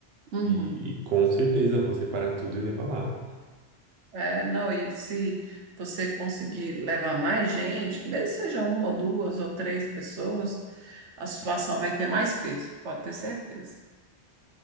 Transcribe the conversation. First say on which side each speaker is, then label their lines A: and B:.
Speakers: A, on the right; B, on the right.
A: Uhum.
B: e, e com certeza vou separar tudo e levar lá.
A: É, não, e se você conseguir levar mais gente, mesmo que seja uma ou duas ou três pessoas, a situação vai ter mais peso, pode ter certeza.